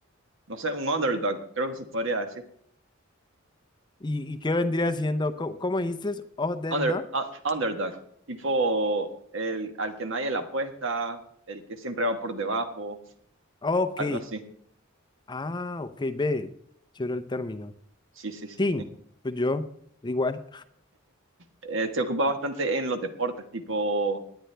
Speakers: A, on the right (about 65°); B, on the left (about 20°).
A: no sé, un underdog, creo que se podría decir.
B: ¿Y, y qué vendría siendo? ¿Cómo, cómo dijiste? Other
A: Under,
B: not?
A: u- underdog, tipo el al que nadie le apuesta, el que siempre va por debajo,
B: Ok.
A: algo así.
B: Ah, ok, ve. Chévere el término.
A: Sí, sí, sí,
B: Sí,
A: sí.
B: pues yo, igual.
A: Eh, se ocupa bastante en los deportes, tipo